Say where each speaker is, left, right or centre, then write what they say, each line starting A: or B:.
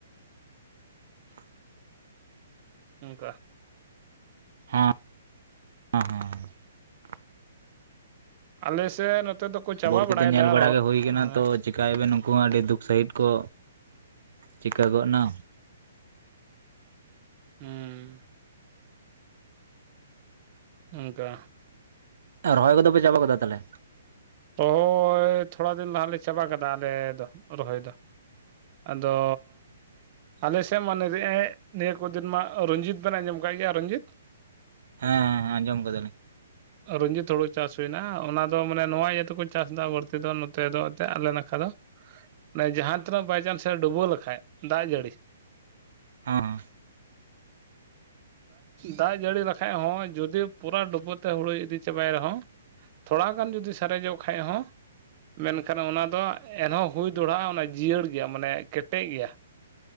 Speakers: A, on the right; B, on the right.
A: <inaudible>
B: ᱚᱱᱠᱟ
A: ᱦᱮᱸ ᱦᱮᱸ ᱾
B: ᱟᱞᱮᱥᱮᱫ ᱱᱚᱛᱮ ᱫᱚᱠᱚ ᱪᱟᱵᱟ
A: ᱠᱷᱚᱵᱚᱨ
B: ᱵᱟᱲᱟᱭᱮᱫᱟ
A: ᱠᱚᱫᱚ ᱧᱮᱞ ᱵᱟᱲᱟ
B: ᱟᱨᱦᱚᱸ
A: ᱜᱮ ᱦᱩᱭ ᱠᱟᱱᱟ
B: ᱦᱮᱸ᱾
A: ᱛᱚ ᱪᱤᱠᱟᱭᱟᱵᱮᱱ ᱩᱱᱠᱩ ᱦᱚᱸ ᱟᱹᱰᱤ ᱫᱩᱠ ᱥᱟᱺᱦᱤᱡ ᱠᱚ ᱪᱤᱠᱟᱹ ᱜᱚᱫ ᱱᱟ᱾
B: ᱦᱩᱸ ᱚᱝᱠᱟ᱾
A: ᱟᱨ ᱨᱚᱦᱚᱭ ᱠᱚᱫᱚ ᱯᱮ ᱪᱟᱵᱟ ᱠᱟᱫᱟ ᱛᱟᱦᱚᱞᱮ?
B: ᱨᱚᱦᱚᱭ ᱛᱷᱚᱲᱟ ᱫᱤᱱ ᱞᱟᱦᱟᱜ ᱞᱮ ᱪᱟᱵᱟ ᱠᱟᱫᱟ ᱟᱞᱮ ᱫᱚ ᱨᱚᱦᱚᱭ ᱫᱚ᱾ ᱟᱫᱚ ᱟᱞᱮᱥᱮᱫ ᱢᱟ ᱱᱤᱭᱟᱹ ᱠᱚ ᱫᱤᱱ ᱢᱟ ᱨᱚᱧᱡᱤᱛ ᱵᱮᱱ ᱟᱸᱡᱚᱢ ᱟᱠᱟᱫ ᱜᱮᱭᱟ ᱨᱚᱧᱡᱤᱛ
A: ᱦᱮᱸ ᱦᱮᱸ ᱟᱧᱡᱚᱢ ᱟᱠᱟ ᱫᱟᱞᱤᱧ᱾
B: ᱨᱚᱧᱡᱤᱛ ᱦᱩᱲᱩ ᱪᱟᱥ ᱦᱩᱭᱱᱟ ᱚᱱᱟ ᱫᱚ ᱢᱟᱱᱮ ᱱᱚᱣᱟ ᱤᱭᱟᱹ ᱛᱮᱠᱚ ᱪᱟᱥᱫᱟ ᱵᱟᱹᱲᱛᱤ ᱫᱚ ᱱᱚᱛᱮ ᱫᱚ ᱮᱱᱛᱮᱫ ᱟᱞᱮ ᱱᱟᱠᱷᱟ ᱫᱚ᱾ ᱢᱟᱱᱮ ᱡᱟᱦᱟᱸ ᱛᱤᱱᱟᱹᱜ ᱵᱟᱭᱪᱟᱱᱥ ᱮ ᱰᱩᱵᱟᱹᱣ ᱞᱮᱠᱷᱟᱡ ᱫᱟᱜ ᱡᱟᱹᱲᱤ
A: ᱦᱚᱸ
B: ᱫᱟᱜ ᱡᱟᱹᱲᱤ ᱞᱮᱠᱷᱟᱡ ᱦᱚᱸ ᱡᱩᱫᱤ ᱯᱩᱨᱟᱹ ᱰᱩᱵᱩᱡ ᱛᱮ ᱦᱩᱲᱩ ᱤᱫᱤ ᱪᱟᱵᱟᱭ ᱨᱮᱦᱚᱸ ᱛᱷᱚᱲᱟ ᱜᱟᱱ ᱡᱩᱫᱤ ᱥᱟᱨᱮᱡᱚᱜ ᱠᱷᱟᱱᱡ ᱦᱚᱸ ᱢᱮᱱᱠᱷᱟᱱ ᱚᱱᱟ ᱫᱚ ᱮᱱᱦᱚᱸ ᱦᱩᱭ ᱫᱚᱲᱦᱟᱜᱼᱟ ᱚᱱᱟ ᱡᱤᱭᱟᱹᱲ ᱜᱮᱭᱟ ᱢᱟᱱᱮ ᱠᱮᱴᱮᱡ ᱜᱮᱭᱟ᱾